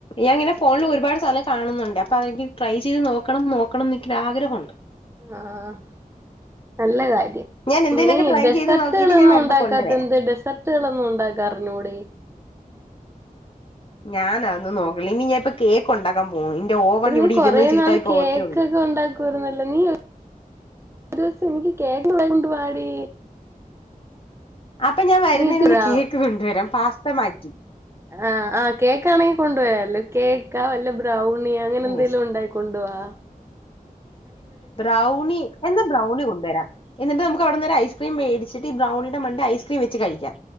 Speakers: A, on the left; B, on the right.
A: ഞാനിങ്ങനെ ഫോണില് ഒരുപാട് സാധനങ്ങള് കാണുന്നുണ്ട് അപ്പൊ അതെനിക്ക് ട്രൈ ചെയ്ത് നോക്കണം നോക്കണം ന്നെനിക്ക് ഒരാഗ്രഹവൊണ്ട്
B: ആഹ് നല്ല കാര്യം
A: ഞാൻ എന്തേലുമൊക്കെ
B: നീ
A: ട്രൈ
B: ഡെസർട്ടുകളൊന്നും
A: ചെയ്ത് നോക്കിയിട്ട് ഞാൻ വരുമ്പോ
B: ഉണ്ടാക്കാത്തതെന്ത്
A: കൊണ്ടുവരാം
B: ഡെസർട്ടുകളൊന്നും ഉണ്ടാക്കാ അറിഞ്ഞൂടെ
A: ഞാൻ അതൊന്നു നോക്കില്ല ഇനി ഞാൻ ഇപ്പ കേക്ക് ഉണ്ടാക്കാൻ പോവ ഇന്റെ ഓവൻ
B: എടി
A: ഇവിടെ
B: നീ കൊറേ
A: ഇരുന്ന് ചീത്തായി
B: നാള്
A: പോവത്തേ
B: കേക്കൊക്കെ
A: ഉള്ളൂ
B: <unintelligible> നീ ദിവസം എനിക്ക് കേക്ക് കൊണ്ട് വാടീ
A: അപ്പൊ ഞാൻ വരുന്നതിനിന്ന്
B: നീ തരാവോ
A: കേക്ക് കൊണ്ടുവരാം പാസ്ത മാറ്റി
B: ആഹ് ആഹ് കേക്കാണെങ്കിൽ കൊണ്ടു വരാല്ലോ കേക്കാ വല്ല ബ്രൗൺ ണ്ണി അങ്ങനെ എന്തെലും
A: യെസ്
B: ഉണ്ടാക്കി കൊണ്ട് വാ
A: ബ്രൗണി എന്നാ ബ്രൗണി കൊണ്ടുവരാ എന്നിട്ട നമുക്ക് അവട്ന്ന് ഒരു ഐസ്ക്രീം മേടിച്ചിട്ട് ഇ ബ്രൗണിയുടെ മണ്ടെ ഐസ്ക്രീം വെച്ച് കഴിക്കാ